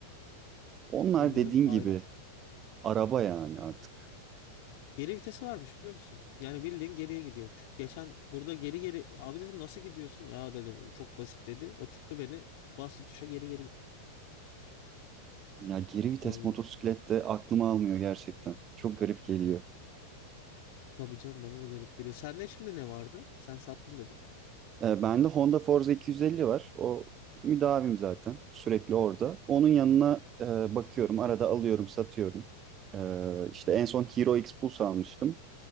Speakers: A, on the right; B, on the left.
A: Onlar
B: Onların
A: dediğin
B: ayrı.
A: gibi araba yani artık.
B: Geri vitesi varmış biliyor musun? Yani bildiğin geriye gidiyormuş. Geçen burada geri geri abi dedim nasıl gidiyorsun? Aa dedi "Bu çok basit dedi. Oturttu beni bastı tuşa geri geri gitti.
A: Ya geri vites
B: Valla.
A: motosiklet de aklıma almıyor gerçekten. Çok garip geliyor.
B: Tabii canım bana da garip geliyor. Sende şimdi ne vardı? Sen sattım dedin.
A: E, bende Honda Forza 250 var. O müdavim zaten. Sürekli orada. Onun yanına e, bakıyorum. Arada alıyorum, satıyorum. E, işte en son Hero X Pulse almıştım.